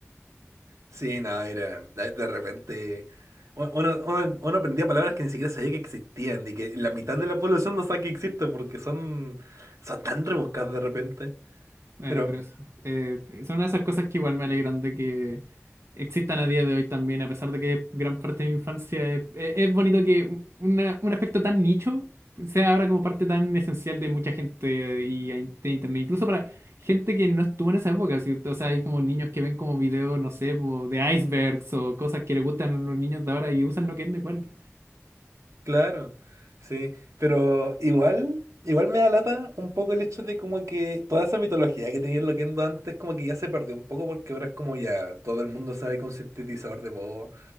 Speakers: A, on the right; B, on the right.
A: Sí, no, era, de de repente u- uno, uno- uno aprendía palabras que ni siquiera sabía que existían y que la mitad de la población no sabe que existen porque son, son tan rebuscadas de repente.
B: Bueno,
A: Pero
B: pero eso. eh, son esas cosas que igual me alegran de que existan a día de hoy también, a pesar de que gran parte de mi infancia es, es- es bonito que un una- un aspecto tan nicho sea ahora como parte tan esencial de mucha gente eh, y a in- de internet, incluso para gente que no estuvo en esa época, ¿sí? O sea, hay como niños que ven como videos, no sé, po, de icebergs o cosas que les gustan a los niños de ahora y usan Loquendo igual.
A: Claro, sí, pero igual, igual me da lata un poco el hecho de como que toda esa mitología que tenía el Loquendo antes como que ya se perdió un poco porque ahora es como ya todo el mundo sabe que un sintetizador de voz